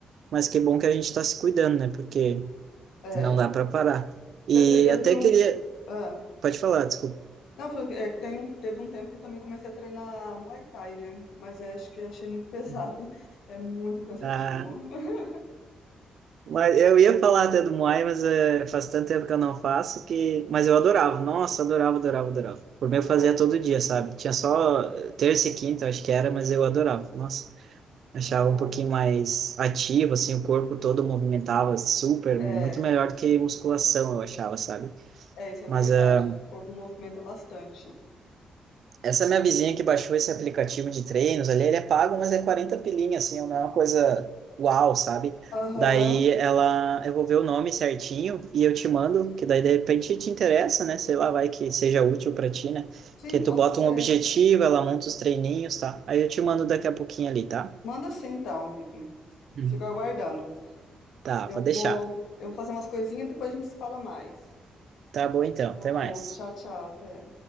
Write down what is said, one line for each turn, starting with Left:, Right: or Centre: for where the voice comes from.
Right: mas que bom que a gente está se cuidando, né? Porque
Left: É.
Right: não dá para parar. E
Left: É, Te- te- teve
Right: até
Left: um.
Right: queria,
Left: ah,
Right: pode falar,
Left: pode-
Right: desculpa.
Left: não, foi, é, tem, um- teve um tempo que eu também comecei a treinar Muay Thai, né? Mas é, acho que eu achei muito pesado.
Right: Uhum.
Left: <laughs> É muito cansativo.
Right: Ah,
Left: <laughs>
Right: Mas eu ia falar até do Muay, mas eh, faz tanto tempo que eu não faço que. Mas eu adorava, nossa, adorava, adorava, adorava. Por mim eu
Left: É,
Right: fazia todo dia, sabe? Tinha só
Left: olha,
Right: eh, terça e quinta, eu acho que era, mas eu adorava, nossa. Achava
Left: é bom.
Right: um pouquinho mais ativo, assim, o corpo todo movimentava super,
Left: É,
Right: muito melhor do que musculação, eu achava, sabe?
Left: é, isso é
Right: Mas
Left: verdade.
Right: eh,
Left: O corpo movimenta bastante.
Right: Essa minha vizinha que baixou esse aplicativo de treinos ali, ele é pago, mas é 40 pilinha, assim, não é uma coisa uau, sabe?
Left: Aham,
Right: Daí ela, eu vou ver o nome certinho e eu te mando, que daí de repente te interessa, né? Sei lá, vai que seja útil para ti, né?
Left: sim,
Right: Que tu
Left: pode
Right: bota
Left: ser.
Right: um objetivo, ela monta os treininhos, tá? Aí eu te mando daqui a pouquinho ali, tá?
Left: Manda sim, então, amigo. Eu
Right: Hum.
Left: fico aguardando.
Right: Tá,
Left: Eu
Right: vou deixar.
Left: vou, eu vou fazer umas coisinhas e depois a gente se fala mais.
Right: Tá bom então,
Left: Ô,
Right: até mais.
Left: tchau, tchau, até.